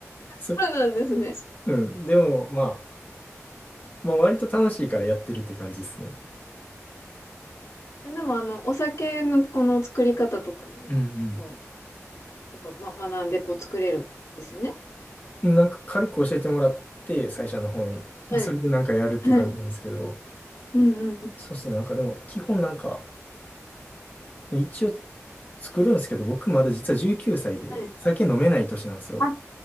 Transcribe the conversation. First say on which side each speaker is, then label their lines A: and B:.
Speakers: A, on the left (about 70°); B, on the left (about 35°).
A: あそうそうなんですね。
B: そ、うん。でもまあ、まあ割と楽しいからやってるって感じですね。
A: いやでもあの、お酒のこの作り方とかも、
B: うん
A: こう、やっぱ、ま、学んでこう作れるんですよね。
B: うん。なんか軽く教えてもらって、最初の方に。まあそれでなんかやるって感じなんですけど、
A: はい。はい。うんうん。
B: そうですね。なんかでも基本なんか、一応作るんですけど、僕まだ実は19歳で酒飲めない年なんですよ。
A: はい。あ、